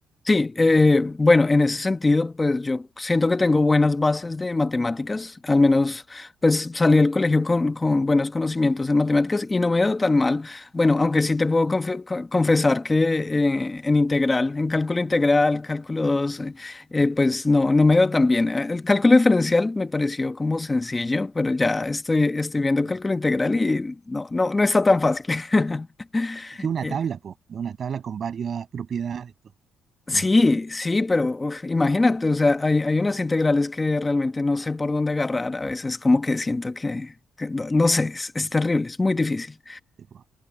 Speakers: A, on the left; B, on the right.
A: Sí, eh, bueno, en ese sentido, pues yo siento que tengo buenas bases de matemáticas, al menos pues salí del colegio con, con buenos conocimientos en matemáticas y no me he dado tan mal. Bueno, aunque sí te puedo confe- co- confesar que eh, en integral, en cálculo integral, cálculo 2, eh, eh, pues no, no me he dado tan bien. Eh, El cálculo diferencial me pareció como sencillo, pero ya estoy, estoy viendo cálculo
B: Mm,
A: integral y no, no, no está tan fácil. <laughs>
B: Es que una
A: Eh,
B: tabla, po, es una tabla con varias propiedades, todo.
A: Sí,
B: Mm,
A: sí, pero uf, imagínate, o sea, hay, hay unas integrales que realmente no sé por dónde agarrar, a veces como que siento que, que no, no sé, es,
B: mm,
A: es
B: mm.
A: terrible, es muy difícil.
B: sí, po.